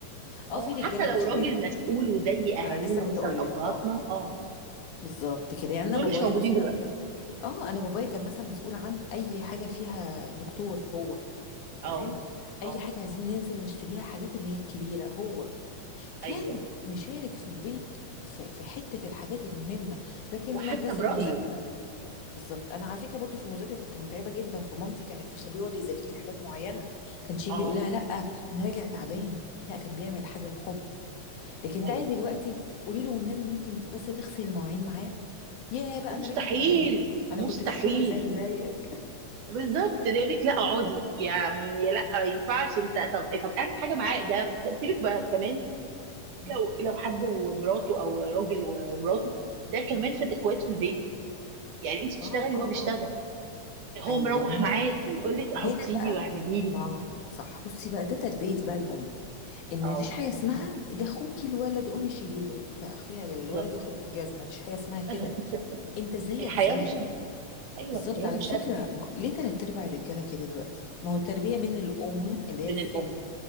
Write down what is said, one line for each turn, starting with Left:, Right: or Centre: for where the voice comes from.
Right: اه
Left: اه في رجالة
Right: حتى
Left: بتشارك
Right: لو راجل مسؤول وزي اهالينا
Left: ما انا لسه كنت
Right: مثلا
Left: اقول
Right: ابهاتنا
Left: لك اه
Right: اه
Left: بالظبط كده يعني
Right: دول
Left: انا بابايا
Right: مش موجودين
Left: مثلا
Right: دلوقتي
Left: كان اه انا بابايا كان مثلا مسؤول عن اي حاجة فيها دكتور هو
Right: اه
Left: تمام اي
Right: اه
Left: حاجة عايزين ننزل نشتريها حاجات اللي هي الكبيرة هو كان
Right: ايوه
Left: مشارك في البيت في في حتة الحاجات المهمة لكن
Right: وحتى
Left: المدرسة
Right: برايه
Left: المذاكرة بالظبط انا على فكره برضو في المذاكره كنت متعبه جدا فمامتي كانت تخليه هو اللي يذاكر لي حاجات معينه كانش يجي
Right: اه
Left: يقول لها لا انا راجع تعبان لا كان بيعمل حاجه بحب لكن
Right: ايوه
Left: تعالي دلوقتي قولي له والنبي ممكن بس تغسل المواعين معاه يا بقى
Right: مستحيل
Left: انا راجع تعبان انا
Right: مستحيل
Left: كنت في الشغل زي زيك
Right: بالظبط ده يقول لك لا اقعدي يعني لا ما ينفعش انت طب
Left: م-
Right: طب اعمل حاجه معاه ده طب سيبك بقى كمان
Left: م-
Right: لو لو حد ومراته او راجل ومراته ده كمان
Left: م.
Right: في الاخوات في البيت يعني انت بتشتغلي
Left: اه اه
Right: وهو بيشتغل
Left: اه
Right: هو
Left: ايوه
Right: مروح
Left: ما
Right: معاكي
Left: هو
Right: يقول لك حطي
Left: هنا بقى
Right: لي واعملي لي
Left: ما هو- صح بصي بقى ده تربيه بقى الام ان
Right: اه
Left: مفيش حاجه اسمها ده اخوكي الولد قومي شيليله لا اخويا الولد
Right: بالظبط
Left: ياخد بالجزمه مفيش حاجه اسمها كده
Right: <laughs>
Left: انت زيك
Right: الحياه
Left: زيي
Right: مشاهده ايوه
Left: بالظبط
Right: الحياه
Left: على
Right: مشاهده
Left: فكرة ما- ليه تلات ارباع الرجالة كده دلوقتي ما هو التربية من الام
Right: من
Left: اللي هي
Right: من
Left: الست
Right: الام